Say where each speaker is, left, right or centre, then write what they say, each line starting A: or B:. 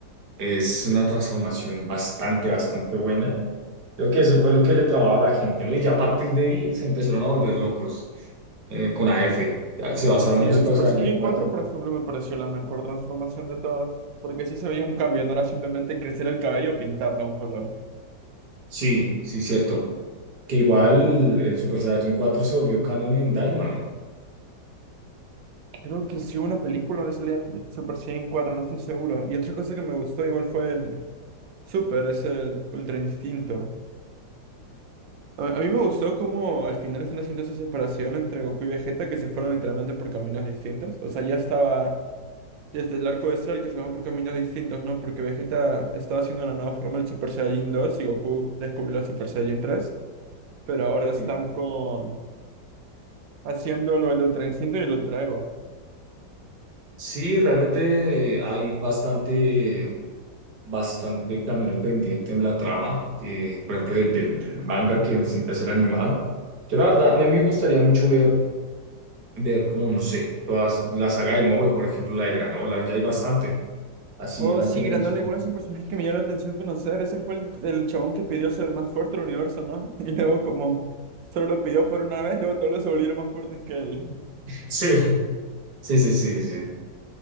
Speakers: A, on the right; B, on the right.
A: es una transformación bastante, bastante buena. Creo que eso fue lo que le tramaba a la gente, ¿no? Y ya a partir de ahí se empezaron a volver locos eh, con AF. Ya Se basaron
B: Sí,
A: en
B: el
A: Super
B: Super
A: Saiyajin
B: Saiyan
A: cuatro
B: 4, por ejemplo, me pareció la mejor transformación de todas, porque sí se veía un cambio, no era simplemente crecer el cabello o pintarlo a un color.
A: Sí, sí, cierto. Que igual el Super Saiyajin 4 se volvió canon en Daima, ¿no?
B: Creo que sí hubo una película donde salía el Super Saiyan 4, no estoy seguro. Y otra cosa que me gustó igual fue el Super, es el Ultra Instinto. A, a mí me gustó cómo al final están haciendo esa separación entre Goku y Vegeta, que se fueron literalmente por caminos distintos. O sea, ya estaba desde el arco de Cell que se van por caminos distintos, ¿no? Porque Vegeta estaba haciendo una nueva forma del Super Saiyan 2 y Goku descubrió la Super Saiyan 3. pero ahora están
A: Eh,
B: con haciéndolo el Ultra Instinto y el Ultra Ego.
A: Sí, realmente hay bastante, bastante camino pendiente en la trama, eh, por ejemplo, del, del, del manga que necesita ser animada. Yo la verdad, a mí me gustaría mucho ver, ver como, no sé, todas, la saga de Moro, por ejemplo, la de Granola, ya hay bastante así
B: Oh,
A: en la
B: sí,
A: televisión.
B: Granola igual es un personaje que me llamó la atención conocer. Ese fue el, el chabón que pidió ser el más fuerte del universo, ¿no? <laughs> Y luego como solo lo pidió por una vez, luego todos los se volvieron más fuertes que él.
A: Sí, sí, sí, sí, sí.